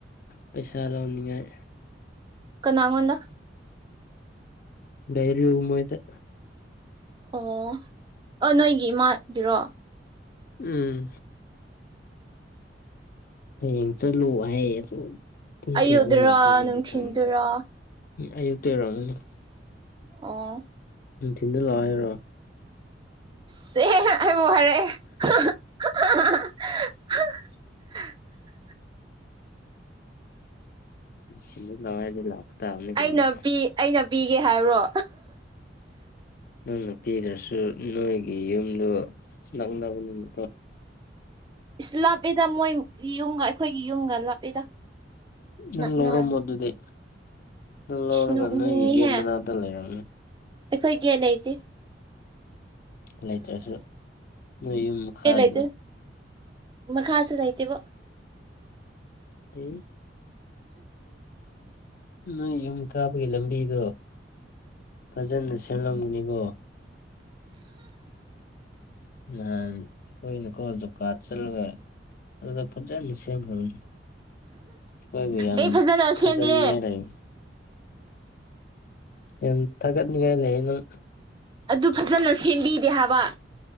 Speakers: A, on the left; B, on the right.
A: ꯄꯩꯁꯥ ꯂꯧꯣꯅꯤꯡꯉꯥꯏ
B: ꯀꯅꯥꯉꯗ
A: ꯂꯩꯔꯤ ꯍꯨ ꯃꯣꯏꯗ
B: ꯑꯣ ꯑꯣ ꯅꯣꯏꯒꯤ ꯏꯃꯥꯒꯤꯔꯣ
A: ꯎꯝ ꯍꯌꯦꯡ ꯆꯠꯂꯨ ꯍꯥꯏꯌꯦ ꯑꯗꯣ ꯄꯨꯡ
B: ꯑꯌꯨꯛꯗꯨꯔꯥ
A: ꯀꯌꯥꯗ ꯂꯥꯛꯇꯣꯏꯅꯣꯗꯤ
B: ꯅꯨꯡꯊꯤꯟꯗꯨꯔꯥ
A: ꯈꯪꯗꯦ ꯑꯌꯨꯛꯇꯔꯣ <unintelligible>
B: ꯑꯣ
A: ꯅꯨꯡꯊꯤꯟꯗ ꯂꯥꯛꯑꯣ꫰ꯍꯥꯏꯔꯣ
B: ꯁ‌ꯦ ꯑꯩꯃꯨꯛ ꯍꯥꯏꯔꯛꯑ‌ꯦ <unintelligible>
A: <unintelligible> ꯂꯋꯥꯥꯏꯗꯩꯩ ꯂꯥꯛꯄ ꯇꯥꯕꯅꯤ ꯀꯩꯅꯣ
B: ꯑꯩꯅ ꯄꯤ ꯑꯩꯅ ꯄꯤꯒꯦ ꯍꯥꯏꯕ꯭ꯔꯣ
A: ꯅꯪꯅ ꯄꯤꯗ꯭ꯔꯁꯨ ꯅꯣꯏꯒꯤ ꯌꯨꯝꯗꯨ ꯅꯛꯅꯕꯅꯤꯅꯀꯣ
B: ꯏꯁ ꯂꯥꯞꯄꯦꯗ ꯃꯣꯏ ꯌꯨꯝꯒ ꯑꯩꯈꯣꯏꯒꯤ ꯌꯨꯝꯒ ꯂꯥꯞꯄꯦꯗ
A: ꯅꯪ
B: ꯅꯛꯅ
A: ꯂꯧꯔꯝꯃꯣ ꯑꯗꯨꯗꯤ ꯅꯪ ꯂꯧꯔꯒ
B: ꯏꯁ ꯅꯣꯛꯅꯤꯡꯉꯤꯍꯦ
A: ꯅꯣꯏꯒꯤ ꯒꯦꯠ ꯃꯅꯥꯛꯇ ꯂꯩꯔꯝꯅꯤ
B: ꯑꯩꯈꯣꯏ ꯒꯦꯠ ꯂꯩꯇꯦ
A: ꯂꯩꯇ꯭ꯔꯁꯨ ꯅꯣꯏ ꯌꯨꯝ ꯃꯈꯥꯒꯤꯗ
B: ꯒꯦꯠ ꯂꯩꯇꯦ ꯃꯈꯥꯁꯨ ꯂꯩꯥꯇꯦꯕꯨ
A: <unintelligible> ꯅꯣꯏ ꯌꯨꯝ ꯀꯥꯕꯒꯤ ꯂꯝꯕꯤꯗꯣ ꯐꯖꯅ ꯁꯦꯝꯂꯝꯒꯅꯤꯀꯣ ꯅꯍꯥꯟ ꯑꯈꯣꯏꯅꯀꯣ <unintelligible> ꯆꯠꯂꯒ ꯑꯗꯨꯒ ꯐꯖꯅ ꯁꯦꯝꯈꯔꯕꯅꯦ <unintelligible> ꯌꯥꯝ
B: ꯑꯦ ꯐꯖꯅ
A: ꯊꯥꯖꯅꯤꯡꯉꯥꯏ
B: ꯁꯦꯝꯗꯦ
A: ꯂꯩ ꯌꯥꯝ ꯊꯥꯒꯠꯅꯤꯡꯉꯥꯏ ꯂꯩꯩ ꯅꯪ
B: ꯑꯗꯨ ꯐꯖꯅ ꯁꯦꯝꯕꯤꯗꯦ ꯍꯥꯏꯕ